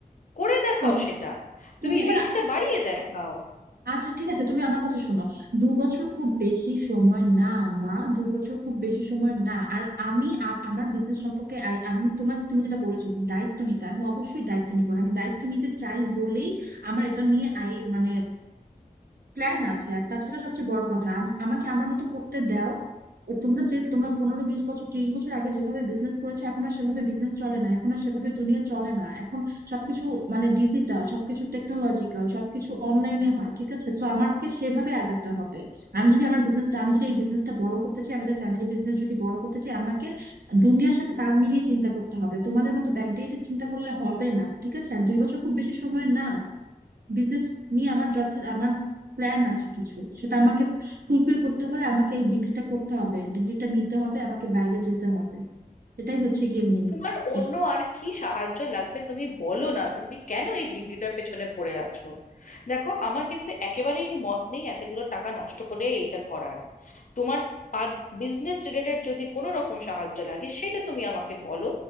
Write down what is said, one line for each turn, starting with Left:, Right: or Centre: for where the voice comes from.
Left: করে দেখাও
Right: ও,
Left: সেটা
Right: তুমি
Left: তুমি
Right: এবার
Left: রিচটা বাড়িয়ে দেখাও
Right: আচ্ছা ঠিক আছে তুমি আমার কথা শোনো দু বছর খুব বেশি সময় না মা দু বছর খুব বেশি সময় না আর আমি আ- আমার বিজনেস সম্পর্কে আই- আমি তোমার তুমি যেটা বলেছো দায়িত্ব নিতে আমি অবশ্যই দায়িত্ব নিবো আমি দায়িত্ব নিতে চাই বলেই আমার এটা নিয়ে আই মানে প্ল্যান আছে আর তাছাড়া সবচেয়ে বড় কথা আম- আমাকে আমার মতো করতে দাও তোমরা যে তোমরা পনেরো বিশ বছর ত্রিশ বছর আগে যেভাবে বিজনেস করেছো এখন আর সেভাবে বিজনেস চলে না এখন আর সেভাবে দুনিয়া চলে না এখন সবকিছু মানে ডিজিটাল সবকিছু টেকনোলজিক্যাল সবকিছু অনলাইনে হয় ঠিক আছে সো আমাকে সেভাবে আগাতে হবে আমি যদি আমার বিজনেসটা আমি যদি এই বিজনেসটা বড় করতে চাই আমাদের ফ্যামিলি বিজনেস যদি বড় করতে চাই আমাকে দুনিয়ার সাথে তাল মিলিয়ে চিন্তা করতে হবে তোমাদের মতো ব্যাকডেটে চিন্তা করলে হবে না ঠিক আছে আর দুই বছর খুব বেশি সময় না বিজনেস নিয়ে আমার যথে আমার প্ল্যান আছে কিছু সেটা আমাকে ফুলফিল করতে হলে আমাকে এই ডিগ্রিটা করতে হবে ডিগ্রিটা নিতে হবে আমাকে বাইরে যেতে হবে এটাই হচ্ছে গিয়ে মেন
Left: তোমার অন্য
Right: ইস্যু
Left: আর কি সাহায্য লাগবে তুমি বলো না তুমি কেন এই ডিগ্রিটার পেছনে পড়ে আছো দেখো আমার কিন্তু একেবারেই মত নেই এতগুলো টাকা নষ্ট করে এইটা করার তোমার বিজনেস রিলেটেড যদি কোনো রকম সাহায্য লাগে সেটা তুমি আমাকে বলো